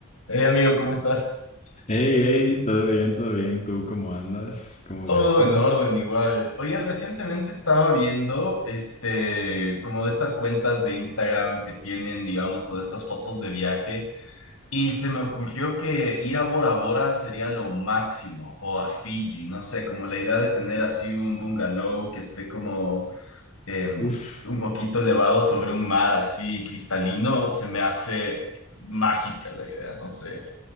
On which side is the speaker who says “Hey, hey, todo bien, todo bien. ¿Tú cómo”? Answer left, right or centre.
Left